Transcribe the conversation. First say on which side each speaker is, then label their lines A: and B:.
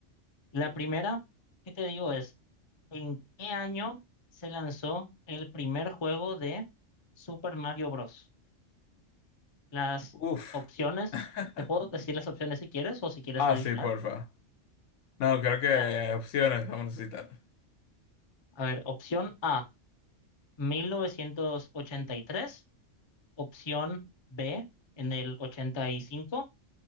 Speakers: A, on the left (about 30°); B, on the left (about 80°).
A: La primera que te digo es, ¿en qué año se lanzó el primer juego de Super Mario Bros? Las
B: Uf.
A: opciones,
B: <laughs>
A: te puedo decir las opciones si quieres o si quieres
B: Ah,
A: adivinar.
B: sí, porfa. No, creo que
A: La-
B: opciones vamos a necesitar.
A: a ver, opción A, 1983. opción B, en el 85.